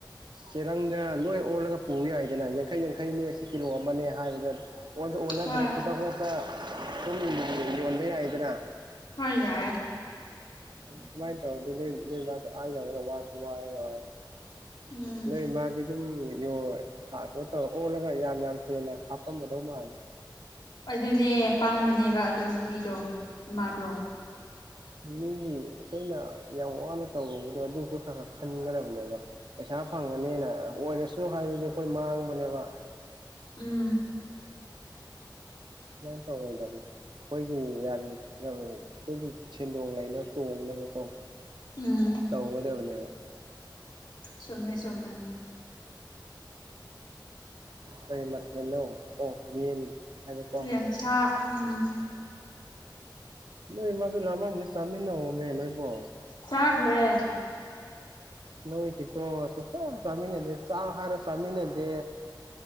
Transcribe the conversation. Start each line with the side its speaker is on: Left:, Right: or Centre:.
Right: ꯆꯦꯔꯪꯗ ꯂꯣꯏ ꯑꯣꯜꯂꯒ ꯄꯨ ꯌꯥꯏꯗꯅ ꯌꯥꯡꯈꯩ ꯌꯥꯡꯈꯩꯅꯦ ꯁꯤ ꯀꯤꯂꯣ ꯑꯃꯅꯦ ꯍꯥꯏꯕꯗ ꯑꯣꯟꯁꯨ ꯑꯣꯟꯅꯗ꯭ꯔꯦ
Left: ꯍꯣꯏ
Right: ꯈꯨꯗꯛ ꯈꯨꯗꯛꯇ ꯁꯨꯝ ꯌꯣꯟꯕ ꯌꯥꯏꯗꯅ
Left: ꯍꯣꯏ ꯌꯥꯏ
Right: ꯑꯗꯨꯃꯥꯏꯅ ꯇꯧꯔꯗꯤ ꯅꯣꯏ ꯅꯣꯏ ꯃꯥꯁꯨ ꯑꯥ ꯌꯧꯔꯒ ꯋꯥꯁꯨ ꯋꯥꯔꯔꯣꯏ
Left: ꯎꯝ
Right: ꯅꯣꯏ ꯃꯥꯗꯤ ꯑꯗꯨꯝ ꯌꯣꯢ ꯍꯥꯔ꯭ꯇ ꯀꯩꯅꯣ ꯇꯧꯔ ꯑꯣꯜꯂꯒ ꯌꯥꯝ ꯌꯥꯝ ꯍꯦꯟꯅ ꯍꯥꯞꯄꯝꯃꯗꯧ ꯃꯥꯜꯂꯤ
Left: ꯑꯗꯨꯅꯦ ꯄꯥꯡꯕꯅꯦꯕ ꯑꯗꯣ ꯅꯨꯄꯤꯗꯣ ꯏꯃꯥꯗꯣ
Right: ꯃꯤꯒꯤ ꯑꯩꯈꯣꯏꯅ ꯌꯥꯝ ꯋꯥꯅ ꯇꯧꯔꯨꯕꯗꯣ ꯑꯗꯨꯁꯨ ꯈꯔ ꯈꯔ ꯈꯟꯒꯗꯕꯅꯦꯕ ꯄꯩꯁꯥ ꯐꯪꯉꯅꯤꯅ ꯑꯣꯏꯔꯁꯨ ꯍꯥꯏꯕꯗꯤ ꯑꯩꯈꯣꯏ ꯃꯥꯡꯕꯅꯦꯕ
Left: ꯎꯝ
Right: ꯁꯨꯃꯥꯏꯅ ꯇꯧꯔꯣꯏꯗꯝꯅꯤ ꯑꯩꯈꯣꯏꯒꯤ ꯌꯥꯝ ꯑꯩꯈꯣꯏꯒꯤ ꯁꯦꯟꯗꯣꯡ ꯂꯩꯅꯕ ꯇꯣꯡꯅꯕꯀꯣ
Left: ꯎꯝ
Right: ꯇꯣꯒꯗꯕꯅꯦꯕ
Left: ꯆꯨꯝꯃꯦ ꯆꯨꯝꯃꯦ
Right: ꯀꯩ ꯃꯊꯦꯜꯅꯣ ꯑꯣ ꯌꯦꯟ ꯍꯥꯏꯕꯀꯣ
Left: ꯌꯦꯟꯁꯥ ꯎꯝ
Right: ꯅꯣꯏ ꯃꯥꯁꯨ ꯂꯝꯃꯝꯅꯤ ꯆꯥꯃꯤꯟꯅꯧꯃꯦ ꯅꯣꯏꯕꯣ
Left: ꯆꯥꯈ꯭ꯔꯦ
Right: ꯅꯣꯏꯁꯤꯀꯣ ꯁꯨꯛꯆꯥ ꯆꯥ ꯆꯥꯃꯤꯟꯅꯗꯦ ꯆꯥꯛ ꯍꯥꯏꯔ ꯆꯥꯃꯤꯟꯅꯗꯦ